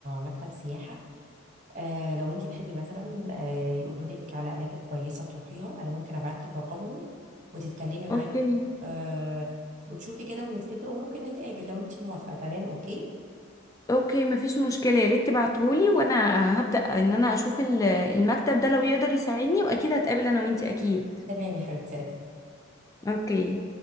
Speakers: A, on the right (about 35°); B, on the left (about 15°).
A: مكتب سياحه آه لو انت تحبي مثلا آه يقولوا لك على اماكن كويسه تروحيها انا ممكن ابعت لك رقمهم وتتكلمي معاهم
B: اوكي
A: آه وتشوفي كده ونتفق وممكن نتقابل لو انت موافقه تمام اوكي
B: اوكي مفيش مشكلة يا ريت تبعتهولي وانا هبدأ ان انا اشوف ال- المكتب ده لو يقدر يساعدني واكيد هتقابل انا وانتي اكيد
A: تمام يا حبيبتي
B: اوكي